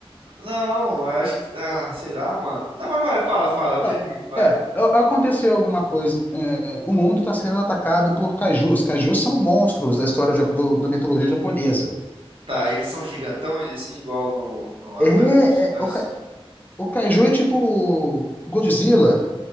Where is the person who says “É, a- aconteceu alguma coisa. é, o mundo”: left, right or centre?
Left